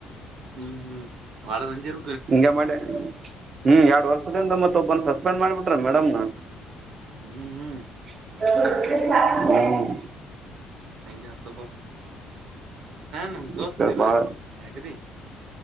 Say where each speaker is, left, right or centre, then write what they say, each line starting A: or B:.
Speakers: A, on the right (about 65°); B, on the right (about 35°).
A: ಹ್ಮ್ ಹ್ಮ್ ವಾಳ ನಂಜರ್
B: ಹಿಂಗ ಮಾಡಿ ಹ್ಮ್ ಎರಡ್ ವರ್ಷದಿಂದ ಮತ್ ಒಬ್ಬನ್ ಸಸ್ಪೆಂಡ್ ಮಾಡಿಬಿಟ್ರ ಮೇಡಮ್ ನ
A: ಹ್ಮ್ ಹ್ಮ್
B: ಹ್ಮ್
A: ಹಂಗೆ ಆತಪ ನಮ ದೋಸ್ತ್
B: ಇಕ
A: ಇದುಗರಿ
B: ಬಾಳ